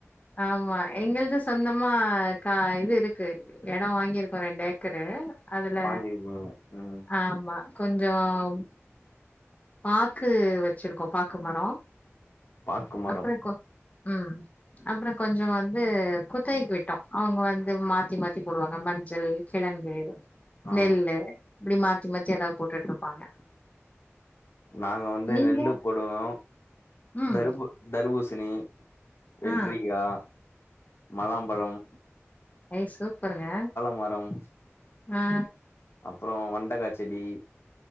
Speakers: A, on the left; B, on the left.
A: ஆமா எங்கள்து சொந்தமா கா இது இருக்கு எடோ வாங்கியி இருக்கோ ரெண்டு ஏக்கரு அதுல
B: வாங்கிருக்கீங்க ம்
A: ஆமா கொஞ்சம் பாக்கு வெச் வெச்சிருக்கோ பாக்கு மரோ
B: பாக்கு மரம்
A: அப்றோ கொ ம் அப்றோ கொஞ்சோ வந்து குத்தகைக்கு விட்டோ அவுங்க வந்து மாத்தி மாத்தி போடுவாங்க மஞ்சள் கிழங்கு
B: ஆ
A: நெல்லு இப்டி மாத்தி மாத்தி ஏதாது போட்டுட்டு இருப்பாங்க
B: நாங்க வந்து
A: நீங்க
B: நெல்லு போடுவோ
A: ம்
B: தர்பூ தர்பூசணி வெல்ரிகா
A: ஆ
B: மொலாம்பழம்
A: ஐய் சூப்பருங்க
B: மரம்
A: ஆ
B: அப்றோ வெண்டக்கா செடி